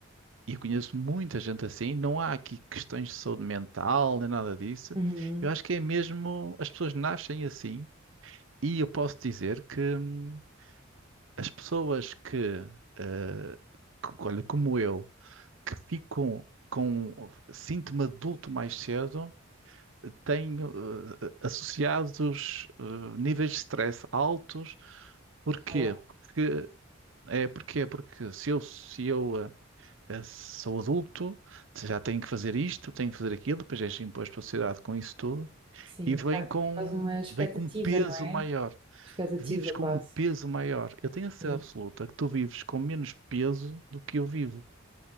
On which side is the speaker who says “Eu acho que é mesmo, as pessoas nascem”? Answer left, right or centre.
Right